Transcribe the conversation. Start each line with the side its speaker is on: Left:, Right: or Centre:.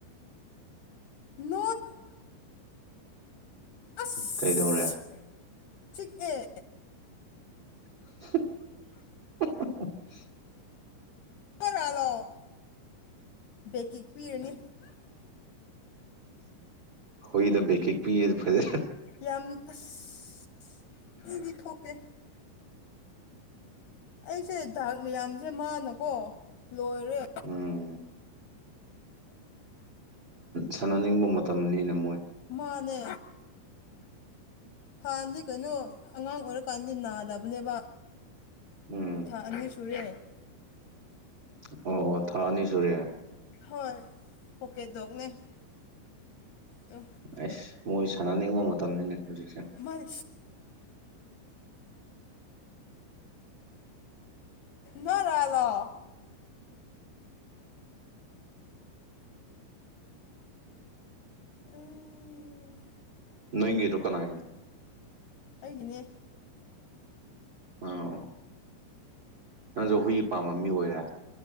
Left: ꯎꯝ ꯑꯁ
Right: ꯎ ꯀꯩꯗꯧꯔꯦ
Left: ꯆꯤꯛꯑꯦ
Right: <inaudible>
Left: ꯔꯥꯂꯣ ꯕꯦꯛꯀꯤꯛ ꯄꯤꯔꯅꯤ
Right: ꯍꯣꯏꯗ ꯦꯛꯀꯦ ꯄꯤꯗ ꯐꯖꯦ
Left: ꯌꯥꯝ ꯑꯁ ꯏꯗꯤ ꯊꯣꯛꯇꯦ ꯑꯩꯁꯦ ꯗꯥꯛ ꯃꯌꯥꯝꯁꯦ ꯃꯥꯅꯀꯣ ꯂꯣꯏꯔꯦ
Right: ꯎꯝ ꯁꯥꯟꯅꯅꯤꯡꯕ ꯃꯇꯝꯅꯤꯅ ꯃꯣꯏ
Left: ꯃꯥꯅꯦ ꯍꯥꯟꯅꯗꯤ ꯀꯩꯅꯣ ꯑꯉꯥꯡ ꯑꯣꯏꯔꯀꯥꯟꯗꯤ ꯅꯥꯗꯕꯅꯦꯕ
Right: ꯎꯝ
Left: ꯊꯥ ꯑꯅꯤ ꯁꯨꯔꯦ
Right: ꯑꯣ ꯑꯣ ꯊꯥ ꯑꯅꯤ ꯁꯨꯔꯦ
Left: ꯍꯣꯏ ꯄꯣꯀꯦꯗꯣꯛꯅꯦ ꯑ
Right: ꯑꯁ ꯃꯣꯏ ꯁꯥꯟꯅꯅꯤꯡꯕ ꯃꯇꯝꯅꯤꯅꯦ ꯍꯧꯖꯤꯛꯁꯦ
Left: ꯃꯜ ꯅ ꯂ ꯂ ꯎꯝ
Right: ꯅꯪꯒꯤꯔꯣꯀꯅꯥꯩꯅꯣ
Left: ꯑꯩꯒꯤꯅꯦ
Right: ꯑꯣ ꯅꯪꯁꯨ ꯍꯨꯏ ꯄꯥꯝꯕ ꯃꯤ ꯑꯣꯏꯔꯦ